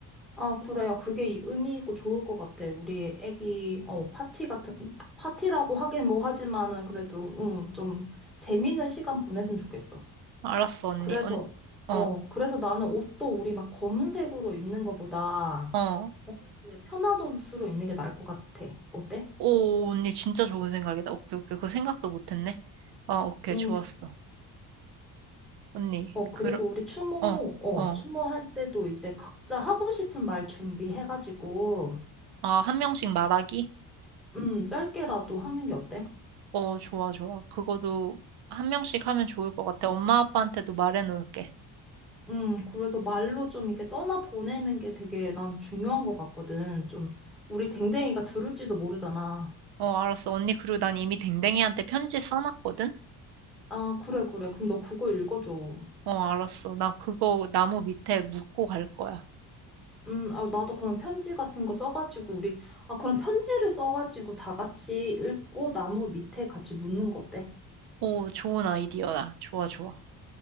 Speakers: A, in the centre; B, on the right.
A: 아, 그래요. 그게 이- 의미 있고 좋을 것 같아. 우리 애기, 어, 파티 같은, 파티라고 하긴 뭐 하지만은 그래도, 음, 좀 재밌는 시간 보냈으면 좋겠어.
B: 알았어, 언니.
A: 그래서,
B: 언, 어,
A: 어, 그래서 나는 옷도 우리 막 검은색으로 입는 거보다,
B: 어.
A: 어, 그냥 편한 옷으로 입는 게 나을 것 같아. 어때?
B: 오, 언니 진짜 좋은 생각이다. 오케이, 오케이. 그 생각도 못했네. 어, 오케이,
A: 음.
B: 좋았어. 언니,
A: 어, 그리고
B: 그,
A: 우리 추모,
B: 어,
A: 어,
B: 어.
A: 추모할 때도 이제 각자 하고 싶은 말 준비해가지고,
B: 아, 한 명씩 말하기?
A: 음, 짧게라도 하는 게 어때?
B: 어, 좋아, 좋아. 그거도 한 명씩 하면 좋을 것 같아. 엄마 아빠한테도 말해놓을게.
A: 음, 그래서 말로 좀 이렇게 떠나보내는 게 되게 난 중요한 것 같거든. 좀, 우리 댕댕이가 들을지도 모르잖아.
B: 어, 알았어. 언니, 그리고 난 이미 댕댕이한테 편지 써놨거든?
A: 아, 그래, 그래. 그럼 너 그거 읽어줘.
B: 어, 알았어. 나 그거 나무 밑에 묶고 갈 거야.
A: 음, 아, 나도 그런 편지 같은 거 써가지고, 우리, 아, 그런 편지를 써가지고 다 같이 읽고 나무 밑에 같이 묻는 거 어때?
B: 오, 좋은 아이디어다. 좋아, 좋아.